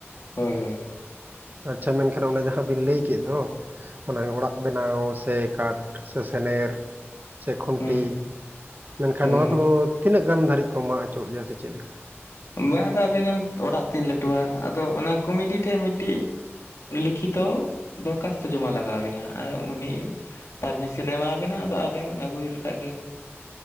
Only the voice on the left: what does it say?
ᱦᱳᱭ ᱦᱳᱭ
ᱦᱩᱸ
ᱦᱳᱭ
ᱦᱳᱭ
ᱢᱟᱜ ᱟᱫᱚ ᱟᱵᱮᱱᱟᱝ ᱚᱲᱟᱜ ᱛᱤᱱ ᱞᱟᱹᱴᱩᱣᱟ, ᱟᱫᱚ ᱚᱱᱟ ᱠᱚᱢᱤᱴᱤ ᱴᱷᱮᱡ ᱢᱤᱫᱴᱤᱡ ᱞᱤᱠᱷᱤᱛᱚ ᱫᱚᱨᱠᱟᱥᱛᱚ ᱡᱚᱢᱟ ᱞᱟᱜᱟᱣ ᱵᱮᱱᱟ ᱟᱨ ᱩᱱᱤ- ᱯᱟᱨᱢᱤᱥᱮᱱᱮ ᱮᱢᱟᱵᱮᱱᱟ ᱟᱫᱚ ᱟᱵᱮᱱ ᱟᱹᱜᱩᱭ ᱞᱮᱠᱷᱟᱡ ᱜᱮ᱾